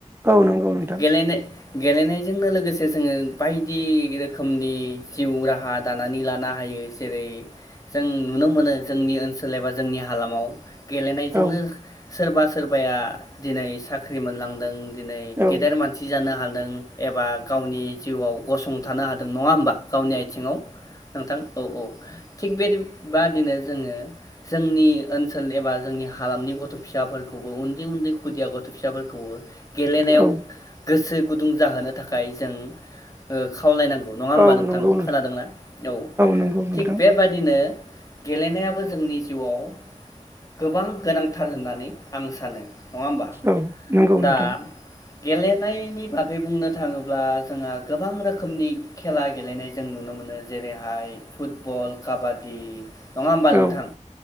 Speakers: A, on the right (about 20°); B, on the left (about 25°).
A: औ नंगौ नोंथां
B: गेलेनो? गेलेनायजोंनो लोगोसे जोङो बायदि रोखोमनि जिउ राहा दानानै लानो हायो जेरै जों नुनो मोनो जोंनि ओनसोल एबा जोंनि हालामाव गेलेनायजोंनो
A: औ
B: सोरबा सोरबाया दिनै साख्रि मोनलांदों नों दिनै
A: औ
B: गेदेर मानसि जानो हादों एबा गावनि जिउआव गसंथानो हादों नङा होमबा? गावनि आथिङाव नोंथां औ औ थिग बेबायदि थिग बेबादिनो जोङो जोंनि ओनसोल एबा जोंनि हालामनि गथ' फिसाफोरखौबो उन्दै उन्दै खुदिया गथ' फिसाफोरखौबो गेलेनायाव
A: औ
B: गोसो गुदुं गुदुं जाहोनो थाखाय जों खावलायनांगौ नङा होमबा
A: औ
B: नोंथां
A: नंगौ
B: खोनादोंना औ
A: नंगौ नोंथां
B: थिग बेबादिनो गेलेनायाबो जोंनि जिउआव गोबां गोनांथार होननानै आं सानो नङा होमबा
A: औ नंगौ
B: दा
A: नोंथां
B: गेलेनायनि बागै बुंनो थाङोब्ला जोंहा गोबां रोखोमनि खेला गेलेनाय जों नुनो मोनो जेरैहाय फुटबल काबादि दि नङा होमबा नोंथां
A: औ